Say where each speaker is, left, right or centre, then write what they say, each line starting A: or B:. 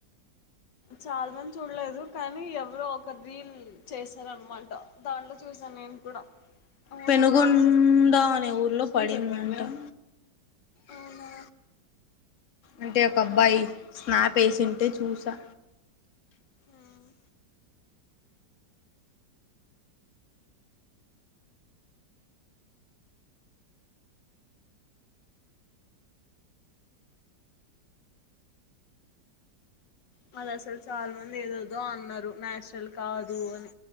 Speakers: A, on the left; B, on the left.
A: చాలా మంది చూడలేదు, కనీ ఎవరో ఒక రీల్ చేశారనమాట. దాంట్లో చూసాను నేను కూడా. అవునా
B: పెనుగుండా
A: అవును
B: అనే ఊర్లో పడిందన్ ట
A: అవునా?
B: అంటే ఒక అబ్బాయి, స్నాప్ ఏసి వుంటే చూసా.
A: ఆహ్ వాళ్ళసలు చాలా మంది ఏదోదో అన్నరు నాచరల్ కాదు అని,